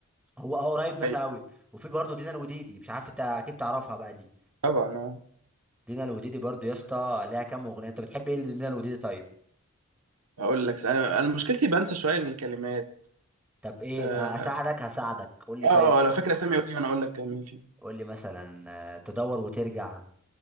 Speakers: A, in the centre; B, on the right.
A: هو اه قريب منه
B: أيوة،
A: قوي وفي برضه دينا الوديدي مش عارف انت اكيد تعرفها بقى دي
B: طبعا آه.
A: دينا الوديدي برضه يا اسطى ليها كام اغنيه انت بتحب ايه لدينا الوديدي طيب
B: اقول لك انا انا مشكلتي بنسى شويه الكلمات
A: طب ايه
B: آه،
A: اساعدك هساعدك قول لي
B: اه
A: طيب
B: اه، لو فاكر اسامي قول لي وانا اقول لك مين فيهم
A: قول لي مثلا آه، تدور وترجع